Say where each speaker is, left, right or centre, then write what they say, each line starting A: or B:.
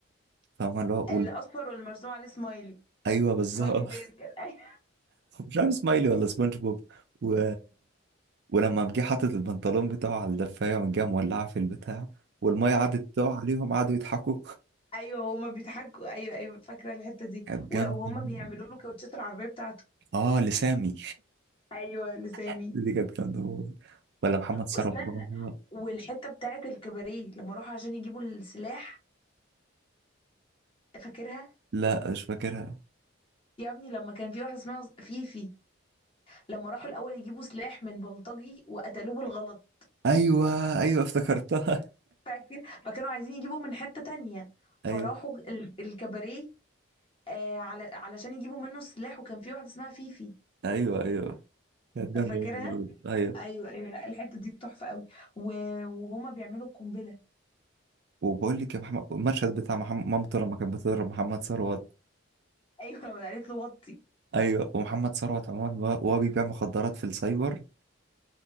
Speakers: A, on the right; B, on the left.
A: فاهمه اللي هو
B: الأصفر
A: وال-
B: واللي مرسوم عليه سمايلي
A: ايوه بالظبط
B: سمايلي فيس كده <laughs> أيوه
A: مش عارف سمايلي ولا سبونج بوب و... ولما قام جه حاطط البنطلون بتاعه على الدفايه وقام جه مولعه في البتاع والميه قعدت تقع عليهم قعدوا يضحكوا
B: أيوه هما بيضحكوا أيوه أيوه فاكرة الحتة دي
A: كانت
B: ولو
A: جامده
B: هما
A: موت.
B: بيعملوا له كاوتشات العربية بتاعته
A: اه لسامي
B: ايوه لسامي
A: <laughs> دي كانت جامده موت. ولا محمد ثروت
B: واستنى
A: <laughs> بابا
B: والحته بتاعت الكباريه لما راحوا عشان يجيبوا السلاح فاكرها
A: لا مش فاكرها
B: يا ابني لما كان في واحده اسمها فيفي لما راحوا الاول يجيبوا سلاح من بلطجي وقتلوه بالغلط
A: ايوه ايوه افتكرتها
B: فاكر فكانوا عايزين يجيبوا من حته تانية فراحوا
A: <laughs> ايوه
B: ال- الكباريه آه على علشان يجيبوا منه السلاح وكان في واحده اسمها فيفي
A: ايوه ايوه كانت جامده
B: فاكرها
A: موت برضه. ايوه
B: ايوه ايوه لا الحته دي تحفه قوي و- وهما بيعملوا القنبله
A: وبقول لك يا محمد المشهد بتاع محمد مامته لما كانت بتضرب محمد ثروت
B: ايوه قالت له وطي
A: ايوه ومحمد ثروت عموما وهو وهو بيبيع مخدرات في السايبر